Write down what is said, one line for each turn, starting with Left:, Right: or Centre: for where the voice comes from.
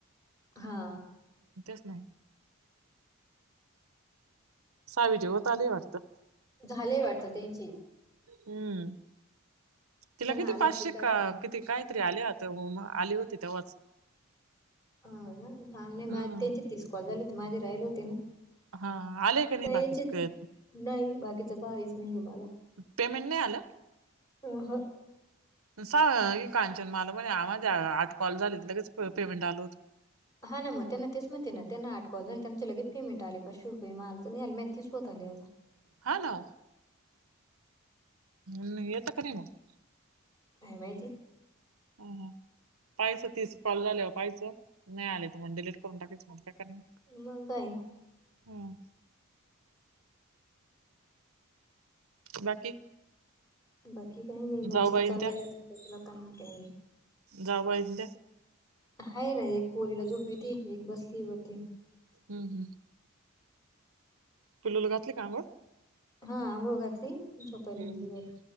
Left: हा.
Right: तेच ना. सावी जेवत आलेय वाटत.
Left: झालंय वाटत त्यांची.
Right: हम्म तिला
Left: त्यांना
Right: किती
Left: आलाय
Right: पाचशे
Left: पुढचा
Right: का
Left: टा
Right: किती काय तरी आले आता आली होती तेव्हाच
Left: हा ना हा माझ
Right: हम्म
Left: त्यांची तीस कॉल झाली होती माझे राहिल होते ना.
Right: हा आले का नाही
Left: त्यायांचीत
Right: बाकीचे
Left: नाही बाकीच काहीच नाही आहे मला.
Right: पेमेंट नाय आलं.
Left: अ ह.
Right: सा कांचन मला पण माझ्या आठ कॉल झाले लगेच पेमेंट आल होत.
Left: हा ना मग त्यांना तेच म्हणते ना त्यांना आट कॉल झाली त्यांना लगे पेमेंट आले पाचशे रुपये माझं नाय आला माझं तीस होत आले आता.
Right: हॅलो ह् येत कररी मग <inaudible>
Left: काय माहिती?
Right: ह पहाच तीस कॉल झाले पायच नाही आले म डिलीट करून टाकायच मग काय करणार
Left: मग काय
Right: ह. बाकी
Left: बाकी काही नाही मस्जिद
Right: जाऊ बाईन
Left: चालला काही
Right: जावहि त्या
Left: ह ना एक पोरीला झोपी त एक बसलीवरती
Right: हम् हम् पिलूला घातली का अंघोळ
Left: हा आंघोळ घातली झोपायला
Right: हम्म
Left: गेली
Right: हम्म
Left: व